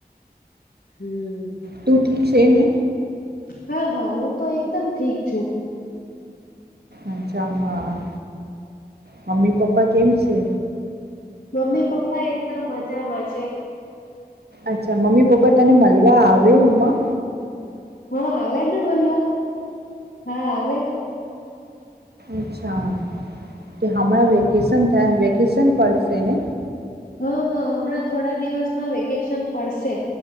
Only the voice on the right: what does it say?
તું ઠીક છે એ ને!
અચ્છામાં મમ્મી પપ્પા કેમ છે?
અચ્છા મમ્મી પપ્પા તને મળવા આવે ઉમાં!?
અચ્છા. કે હમણાં વેકેશન થાય વેકેશન પડશે ને?